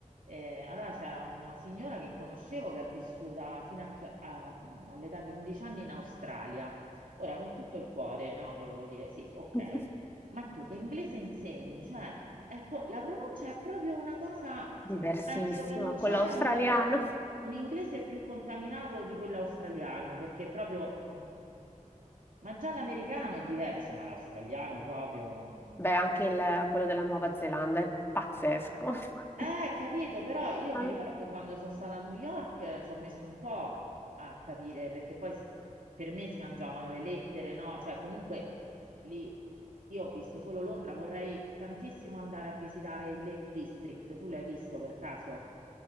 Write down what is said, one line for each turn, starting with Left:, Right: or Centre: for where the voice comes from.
Right: Eh, allora c'era una signora che conoscevo che è vissuta fino a che- a- all'età di 11 anni in Australia. Ora, con tutto il cuore, no? Le volevo dire, sì, ok,
Left: <laughs>
Right: ma tu che inglese insegni? Cioè, ecco, la pronuncia è proprio una cosa,
Left: Diversissima.
Right: penso che non c'è
Left: Quello australiano.
Right: un, ingle- un inglese più contaminato di quello australiano, perché proprio, mh, ma già l'americano è diverso, ma l'australiano proprio... non-
Left: Beh, anche il- quello della Nuova Zelanda è pazzesco.
Right: Eh,
Left: <laughs>
Right: capito, però io
Left: Ah,
Right: mi ricordo quando sono stata a New York eh, ci ho messo un po' a capire perché poi s- per me si mangiavano le lettere, no? Cioè, comunque lì io ho visto solo Londra, vorrei tantissimo andare a visitare il Lake District. Tu l'hai visto per caso?